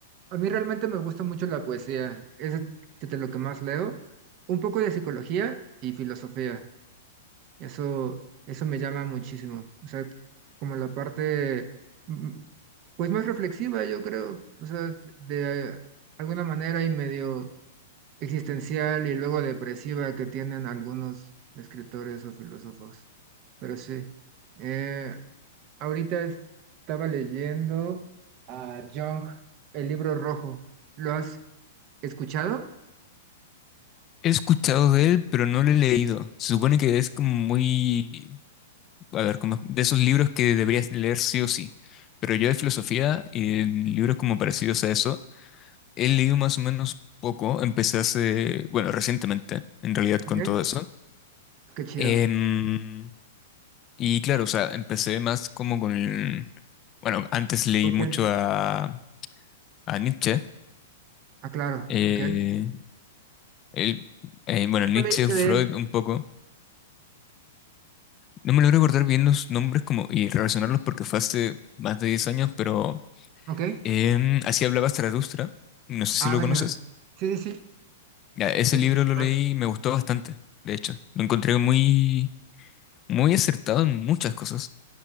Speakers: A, on the right; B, on the left.
A: A mí realmente me gusta mucho la poesía, es de, de lo que más leo, un poco de psicología y filosofía, eso, eso me llama muchísimo, o sea, como la parte, mm, pues más reflexiva, yo creo, o sea, de alguna manera y medio existencial y luego depresiva que tienen algunos escritores o filósofos, pero sí. Eh, ahorita estaba leyendo a Jung, El libro rojo, ¿lo has ¿Escuchado?
B: He escuchado de él, pero no lo he leído. Se supone que es como muy a ver, como de esos libros que deberías leer sí o sí. Pero yo de filosofía y libros como parecidos a eso, he leído más o menos poco. Empecé hace, bueno, recientemente, en realidad, con
A: Ok,
B: todo eso.
A: qué chido.
B: Em, y claro, o sea, empecé más como con, el- bueno, antes leí
A: ¿Con
B: mucho
A: quién?
B: a, a Nietzsche.
A: Ah, claro,
B: eh,
A: ok.
B: él- eh, bueno, Nietzsche,
A: ¿Cuál leíste
B: Freud,
A: de él?
B: un poco. No me logro recordar bien los nombres como, y relacionarlos porque fue hace más de 10 años, pero
A: Ok.
B: Em, así hablaba Zaratustra, no sé
A: Ah,
B: si lo
A: venga.
B: conoces.
A: Sí, sí, sí.
B: Ya, ese
A: Te-
B: libro lo
A: Vale.
B: leí y me gustó bastante, de hecho. Lo encontré muy, muy acertado en muchas cosas.